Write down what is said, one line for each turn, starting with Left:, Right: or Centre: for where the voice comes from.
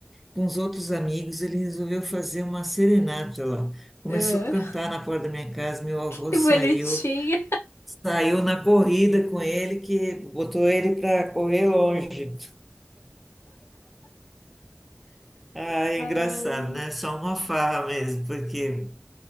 Centre: com os outros amigos, ele resolveu fazer uma serenata lá. Começou
Left: Ah,
Centre: a cantar na porta da minha casa, meu
Left: <laughs>
Centre: avô
Left: que
Centre: saiu,
Left: bonitinha!
Centre: saiu na corrida com ele, que botou ele para correr longe. Ah, é
Left: Ai,
Centre: engraçado, né? Só uma farra mesmo, porque